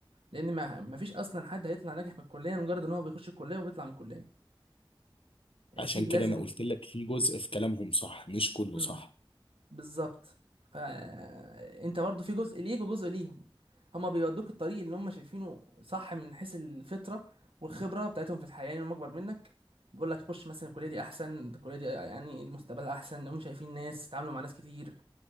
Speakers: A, on the right; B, on the left.
A: لان ما ما فيش اصلا حد هيطلع ناجح من الكليه مجرد ان هو بيخش الكليه وبيطلع من الكليه يعني
B: عشان
A: اكيد
B: كده
A: لازم
B: انا قلت لك في جزء في كلامهم صح مش كله
A: امم
B: صح
A: بالظبط فانت برضو في جزء ليك وجزء ليهم هما بيودوك الطريق اللي هم شايفينه صح من حيث الفطره والخبره بتاعتهم في الحياه يعني هم اكبر منك بيقول لك خش مثلا الكليه دي احسن الكليه دي يعني المستقبل احسن هم شايفين ناس تتعاملوا مع ناس كتير